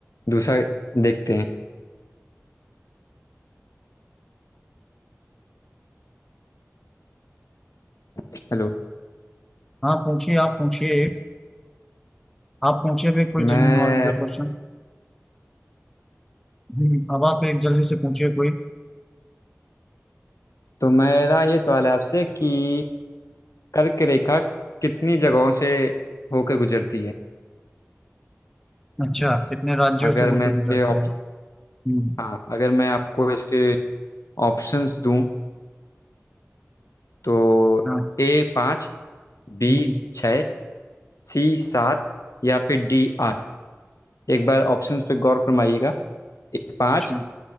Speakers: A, on the left; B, in the centre.
A: दूसरा देखते हैं हेलो
B: हाँ पूछिए आप पूछिए एक आप पूछिए भी कोई
A: मैं
B: जनरल नॉलेज का क्वेश्चन हम्म, अब आप एक जल्दी से पूछिए कोई
A: तो मेरा ये सवाल है आपसे कि कर्क रेखा कितनी जगहों से होकर गुजरती है
B: अच्छा कितने राज्यों
A: अगर
B: से होकर
A: मैं इसके
B: गुजरती
A: ऑप्शन
B: है हम्म
A: हाँ अगर मैं आपको इसके ऑप्शंस दूं तो
B: हाँ
A: ए पाँच बी
B: हम्म
A: छः सी सात या फिर डी आठ एक बार ऑप्शंस पे गौर फरमाइएगा ए पाँच
B: अच्छा